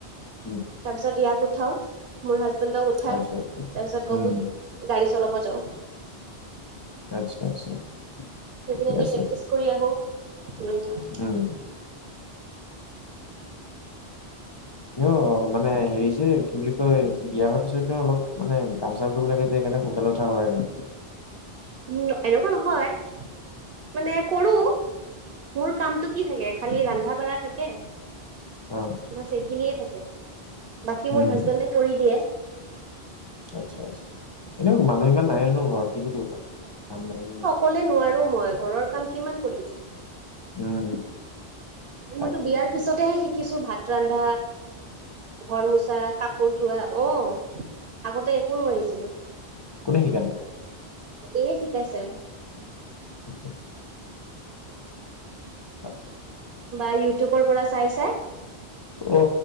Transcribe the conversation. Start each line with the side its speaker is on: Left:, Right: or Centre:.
Left: উম,
Right: তাৰ পিছত ইয়াক উঠাও মোৰ হাজবেণ্ডক উঠাই
Left: আচ্ছা,
Right: তাৰপিছত
Left: আচ্ছা, উম,
Right: গগৈক। গাড়ী চলাব যাওঁ।
Left: আচ্ছা আচ্ছা।
Right: সেইফিনে
Left: ঠিকে
Right: দি
Left: আছে,
Right: প্ৰেক্টিচ কৰি আহো, উ।
Left: <unintelligible> এনেও অ মানে হেৰি যে কি বুলি কয় বিয়া হোৱাৰ পিছত এনে অলপ মানে কাম জাম্প কৰিব লাগে যে এইকাৰণে সোনকালে উঠা হয় আৰু
Right: উম এনেকুৱা নহয় মানে কৰো মোৰ কামতটো কি থাকে খালি ৰন্ধা বঢ়া থাকে
Left: অ
Right: বছ এইখিনিয়ে থাকে বাকী
Left: উম,
Right: মোৰ হাজবেণ্ডে কৰি দিয়ে।
Left: আচ্ছা আচ্ছা এনু মানুহ ইমান নাই নো ঘৰত কিনো কৰিব কাম নাই ইমান।
Right: ক'লে নোৱাৰো মই ঘৰৰ কাম কিমান কৰিম।
Left: উম। তাকে
Right: মইতো বিয়াৰ পিছতেহে শিকিছো ভাত ৰন্ধা, ঘৰ মোচা, কাপ- পোৰ ধোৱা অ আগতে একো নোৱাৰিছিলোঁ।
Left: কোনে শিকালে?
Right: এই শিকাইছে
Left: <unintelligible> তাকে
Right: বা ইউটিউবৰ পৰা চাই চাই
Left: অ